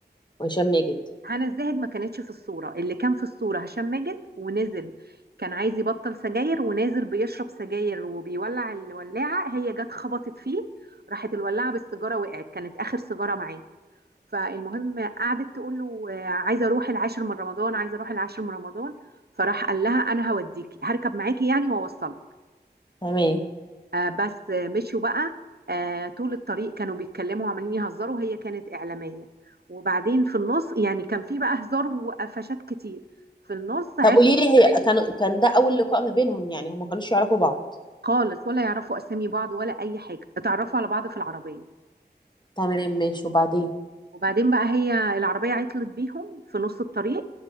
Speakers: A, on the left; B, on the right.
A: وهشام ماجد
B: هنا الزاهد ما كانتش في الصوره اللي كان في الصوره هشام ماجد ونزل كان عايز يبطل سجاير ونازل بيشرب سجاير وبيولع الولاعه هي جت خبطت فيه راحت الولاعه بالسيجاره وقعت كانت اخر سيجاره معاه فالمهم قعدت تقول له آه، عايزه اروح العاشر من رمضان عايزه اروح العاشر من رمضان فراح قال لها انا هوديكي هركب معاكي يعني واوصلك
A: تمام
B: آه، بس آه، مشوا بقى آه، طول الطريق كانوا بيتكلموا وعمالين يهزروا هي كانت إعلامية وبعدين في النص يعني كان في بقى هزار وقفشات كتير في النص عرفت
A: طب قولي لي هي كانوا كان ده اول لقاء ما بينهم يعني هم ما كانوش يعرفوا بعض
B: خالص ولا يعرفوا أسامي بعض ولا أي حاجة اتعرفوا على بعض في العربية
A: تمام ماشي وبعدين
B: وبعدين بقى هي العربية عطلت بيهم في نص الطريق